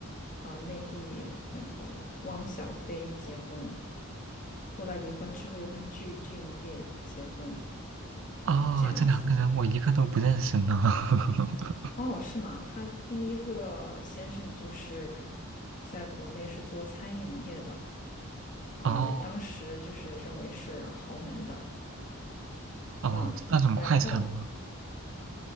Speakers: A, on the left; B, on the right.
A: 呃，内地那个汪小菲结婚，后来离婚之后又跟具俊晔结婚，
B: 哦，
A: 这样子。
B: 这两个人我一个都不认识呢。<laughs>
A: 哦，是吗？他第一个先生就是在国内是做餐饮业的啊，
B: 哦
A: 也当时就是认为是豪门的，
B: 哦，
A: 嗯，
B: 是那种快餐吗？
A: 然后